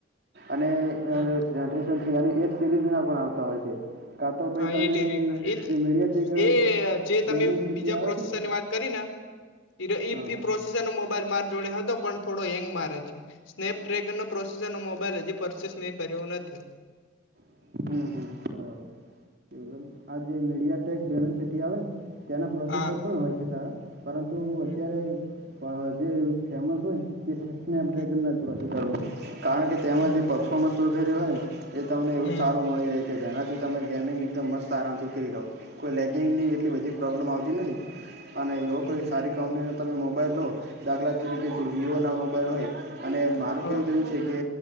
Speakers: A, on the right; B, on the left.
A: અને
B: હમ
A: અને એ સિરીઝ ના પણ આવતા હોય છે કા તો પાઈ
B: હા
A: તમે
B: એ તે રીતના એ
A: જે મીડિયાટેક
B: એ જે
A: ડેમેન
B: તમે
A: સિટી
B: બીજા
A: આવે
B: પ્રોસેસર
A: છે ને
B: ની વાત કરીને ઈ
A: હા હા
B: પ્રોસેસર નો મોબાઈલ માર જોડે હતો પણ થોડો હેંગ મારે છે સ્નેપડ્રેગન ન પ્રોસેસર ન મોબાઈલ હજી પરચેસ મેં કર્યો નથી
A: <inaudible> આ જે મીડિયાટેક ડેમન સિટી આવે ને ત્યાના પ્રોસેસર
B: હા
A: પણ હોય છે, સારા. પરંતુ
B: હમ
A: અત્યારે જે ફેમસ હોય તે સ્નેપડ્રેગન
B: હમ
A: નથી, <inaudible> છે કારણ કે તેમાં
B: હમ
A: જે પરફોર્મન્સ વગેરે હોય, ને એ તમને એવું
B: હમ,
A: સારું મળી રહે. જેનાથી તમે ગેમિંગ એકદમ મસ્ત- - આરામથી કરી લો કોઈ લેગિંગની એટલી બધી પ્રોબ્લેમ આવતી નથી, અને એવો કોઈ
B: હમ,
A: સારી કંપનીનો તમે મોબાઈલ લો દાખલા તરીકે જો વિવોના મોબાઈલ હોય અને મારું
B: હ
A: કેહેવું તેવું છે, કે